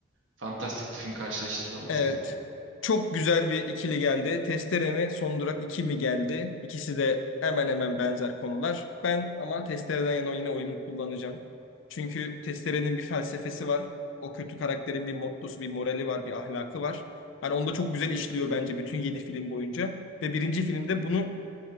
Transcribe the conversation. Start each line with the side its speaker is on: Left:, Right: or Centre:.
Right: fantastik bir film karşılaştırılamaz
Left: Evet.
Right: yani.
Left: Çok güzel bir ikili geldi. Testere mi, Son Durak iki mi geldi? İkisi de hemen hemen benzer konular. Ben ama Testere'den yana yine oyumu kullanacağım. Çünkü Testere'nin bir felsefesi var. O kötü karakterin bir mottosu, bir morali var, bir ahlakı var. Hani onu da çok güzel işliyor bence bütün 7 film boyunca. Ve birinci filmde bunu